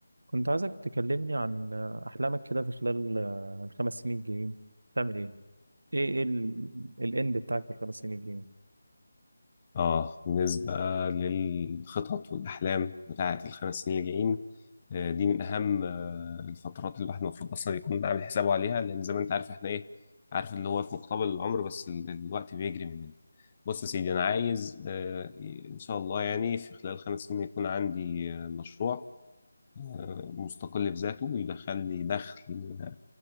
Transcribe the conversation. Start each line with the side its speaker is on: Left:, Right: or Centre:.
Right: كنت عايزك تكلمني عن أحلامك كده في خلال آه، الخمس سنين الجايين تعمل إيه؟ إيه إيه ال- الإند بتاعك في الخمس سنين الجايين؟
Left: آه بالنسبة للخطط والأحلام بتاعة الخمس سنين اللي جايين آه، دي من أهم آه، الفترات اللي الواحد المفروض أصلا يكون عامل حسابه عليها لأن زي ما أنت عارف إحنا إيه عارف اللي هو في مقتبل العمر بس ال- الوقت بيجري مننا بص يا سيدي أنا عايز آه، إن شاء الله يعني في خلال خمس سنين يكون عندي آه، مشروع آه، مستقل بذاته ويدخل لي دخل آه،